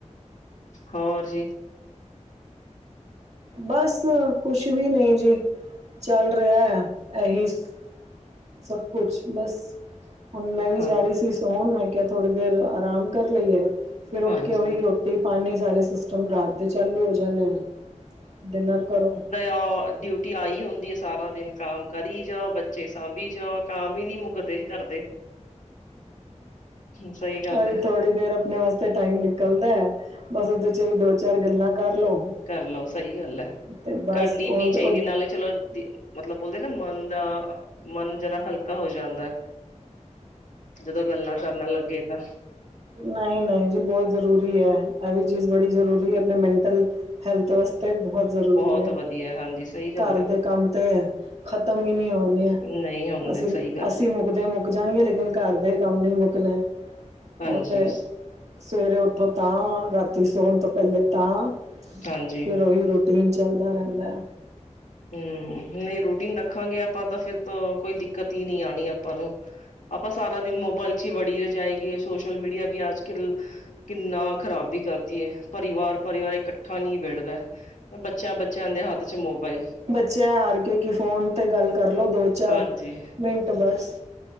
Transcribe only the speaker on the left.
ਹੋਰ ਜੀ।
ਹਾਂ
ਹਾਂਜੀ
ਓ ਡਿਊਟੀ ਆਈ ਹੁੰਦੀ ਐ, ਸਾਰਾ ਦਿਨ। ਕੰਮ ਕਰੀ ਜਾਓ ਬੱਚੇ ਸਾਂਭੀ ਜਾਓ। ਕਾਮ ਈ, ਨੀ ਮੁੱਕਦੇ ਘਰਦੇ। ਸਹੀ ਗੱਲ
ਹੈ
ਕਰ ਲਓ ਸਹੀ ਗੱਲ ਐ।
ਕਰਨੀ
ਵੀ, ਚਾਹੀਦੀ ਨਾਲੇ ਚਲੋ ਮਤਲਬ ਬੋਲਦੇ ਨਾ ਮਨ ਦਾ ਮਨ ਜਰਾ ਹਲਕਾ ਹੋ ਜਾਂਦਾ ਐ। ਜਦੋਂ ਗੱਲਾਂ ਕਰਨ ਲੱਗੇ ਤਾਂ।
ਬਹੁਤ
ਵਧੀਆ ਹਾਂਜੀ ਸਹੀ ਗੱਲ
ਹੈ
ਨਹੀਂ ਹੁੰਦੇ
ਸਹੀ ਗੱਲ
ਹਾਂਜੀ
ਹਾਂਜੀ
ਹੂ, ਨਹੀਂ ਰੁਟੀਨ ਨੂੰ ਰਖਾਂਗੇ ਆਪਾਂ ਤਾਂ, ਫਿਰ ਤਾਂ ਕੋਈ ਦਿੱਕਤ ਹੀ ਨਹੀਂ ਆਉਣੀ ਆਪਾਂ ਨੂੰ ਆਪਾਂ ਸਾਰਾ ਦਿਨ ਮੋਬਾਇਲ ਚੱ ਹੀ ਵੜੀ ਜਾਈਏ, ਸੋਸ਼ਲ ਮੀਡੀਆ ਵੀ ਅੱਜ ਕੱਲ ਕਿੰਨਾ ਖ਼ਰਾਬੀ ਕਰਤੀ ਹੈ, ਪਰਿਵਾਰ ਪਰਿਵਾਰ ਇਕੱਠਾ ਨੀ ਬੈਠਦਾ ਬੱਚਿਆਂ ਬੱਚਿਆਂ ਦੇ ਹੱਥ ਚ ਮੋਬਾਇਲ
ਹਾਂਜੀ